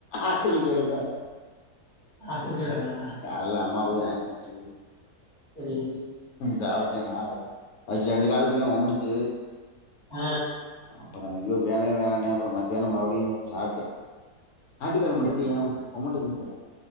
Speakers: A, on the left (about 65°); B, on the right (about 15°).
A: ஆட்டுக்குட்டியோட காலு
B: ஆட்டுக்குட்டியோட காலு
A: கால்ல அம்மா போய் வாங்கினு வந்ச்சு
B: சரி
A: சாப் ஏ நா அது ரெண்டு கால தின்னே ஒமட்டுச்சு
B: ஆ
A: அப்புற யோ வேணவே வேணான்னே அப்புற மத்தியான மறுபடியு சாப்ட்டே ஆட்டுக்கால்
B: சரி
A: மட்டு
B: சரி
A: யே ஒமட்டுது மச்சா